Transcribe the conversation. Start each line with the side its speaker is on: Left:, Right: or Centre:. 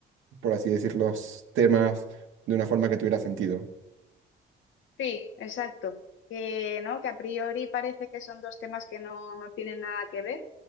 Right: por así decir, los temas de una forma que tuviera sentido.
Left: Sí, exacto. Que, ¿no? que a priori parece que son dos temas que no, no tienen nada que ver